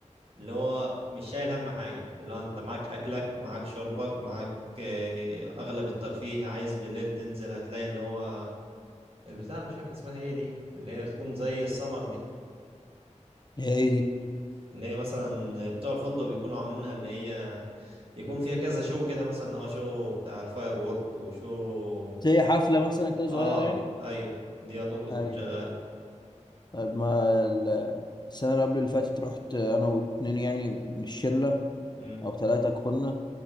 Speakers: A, on the right; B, on the left.
A: اللي هو مش شايل هم حاجة اللي هو انت معاك اكلك معاك شربك معاك آه، اغلب الترفيه عايز بالليل تنزل هتلاقي اللي هو البتاع مش فاكر اسمها ايه دي اللي هي بتكون زي السمر دي
B: هي ايه دي
A: اللي هي مثلا بتوع الفندق بيكونوا عاملينها اللي هي يكون فيها كذا شو كده مثلا اللي هو شو بتاع الفاير وورك وشو
B: زي حفلة مثلا كده
A: اه
B: صغيرة يعني
A: ايوه دي على طول بتكون
B: ايوه
A: شغالة
B: طيب ما ال- السنة اللي قبل اللي فاتت رحت انا واتنين يعني من الشلة
A: امم
B: او ثلاثة كنا